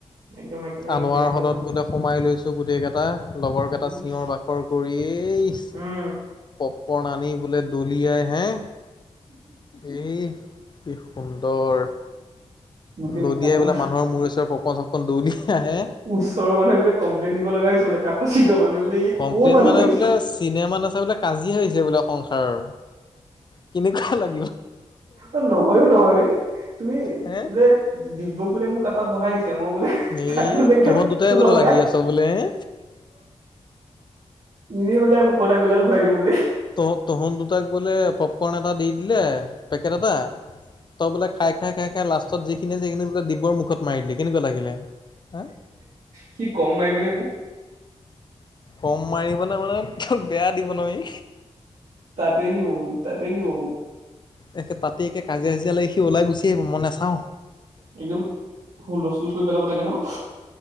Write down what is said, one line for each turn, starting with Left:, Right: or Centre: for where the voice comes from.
Right: একদম একেলগে
Left: আনোৱাৰ
Right: গোটেই মুখা
Left: হলত
Right: যাম
Left: বোলে সোমাই লৈছো গোটেই কেইটা। লগৰ কেইটা
Right: ইচ
Left: চিঞৰ বাখৰ কৰিয়েই ইছ।
Right: উম
Left: পপকৰ্ণ আনি বোলে দলিয়াই হে এই কি সুন্দৰ।
Right: মোকে
Left: লদিয়াই
Right: মোকাম
Left: বোলে মানুহৰ মূৰে চূৰে পপকৰ্ণ চপকৰ্ণ দলিয়াই হে
Right: ওচৰৰ মানুহ এইবিলাক কমপ্লেইন দিব লাগে। <unintelligible> কাষ চিত মানুহে বোলে ই
Left: কমপ্লেইন
Right: কৰ মানুহ
Left: মানে
Right: আহিছিল
Left: বোলে চিনেমা নাচায় বোলে কাজিয়া হৈছে বোলে সংসাৰৰ। কেনেকুৱা লাগিব।
Right: অ'নহয়ো, নহয় তুমি
Left: হে
Right: বোলে দিব্য বোলে মোৰ কাষত বহাই দিছে। তেওঁ বোলে
Left: এই
Right: কাক বোলে একদম
Left: তহঁত দুটাই বোলে
Right: লগাই।
Left: লাগি আছ বোলে হে
Right: এনেই বোলে মুখত আঙুলি দাল ভৰাই দিওঁ বোলে।
Left: তহ'ত তহ'ত দুটাক বোলে পপকৰ্ন এটা দি দিলে পেকেট এটা তই বোলে খাই খাই খাই খাই লাষ্টত যিখিনি সিখিনি বোলে দিব্যৰ মুখত মাৰি দিলি। কেনেকুৱা লাগিলে হা।
Right: সি কম মাৰিব নে মোক
Left: কম মাৰিবনে মানে তো বেয়া দিব নহয়।
Right: তাতে দিব বোলে তাতে দিব। মোক
Left: একে তাতে একে কাজিয়া চাজিয়া লাগি সি ওলাই গুচি আহিব মই নেচাওঁ।
Right: একদম হুলস্থুল কৰি পেলাব লাগে ন।